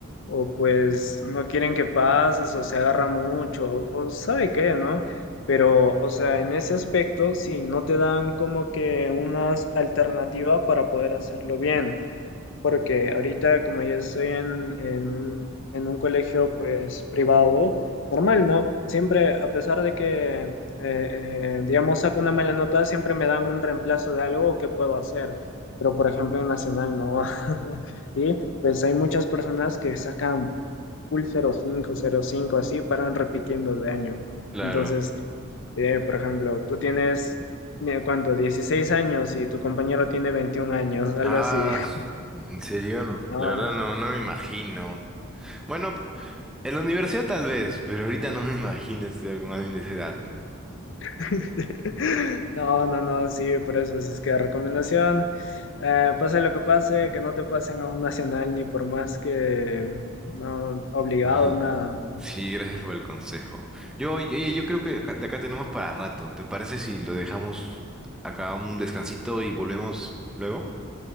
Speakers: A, on the left; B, in the centre.
A: o pues no quieren que pases o se agarra mucho o, o sabe qué, ¿no? Pero, o sea, en ese aspecto, si no te dan como que una alternativa para poder hacerlo bien porque ahorita como yo estoy en, en un, en un colegio pues privado, normal, ¿no? Siempre, a pesar de que, eh, eh, digamos, saco una mala nota, siempre me dan un reemplazo de algo que puedo hacer, pero por ejemplo en Nacional no. <laughs> Y pues hay muchas personas que sacan full cero cinco cero cinco, así, paran repitiendo de año.
B: Claro.
A: Entonces, eh, por ejemplo, tú tienes... eh, ¿Cuánto? dieciséis años y tu compañero tiene 21 años, algo
B: Ah,
A: así. <laughs>
B: su- en serio, no.
A: No,
B: La verdad no, no me imagino. Bueno, en la universidad tal vez, pero ahorita no me <laughs> imagino estudiar con alguien de esa edad.
A: <laughs> No, no, no, sí, por eso, si es que recomendación, eh, pase lo que pase, que no te pasen a un nacional ni por más que no obligado,
B: Ajá.
A: nada, no.
B: Sí, gracias por el consejo. Yo, oye, oye, yo creo que acá- de acá tenemos para rato. ¿Te parece si lo dejamos acá un descansito y volvemos luego?